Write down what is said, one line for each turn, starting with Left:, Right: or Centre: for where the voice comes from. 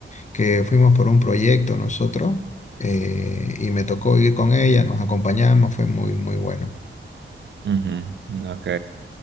Left: que fuimos por un proyecto nosotros eh, y me tocó ir con ella, nos acompañamos, fue muy, muy bueno.
Right: Ujú, ujú, Ok.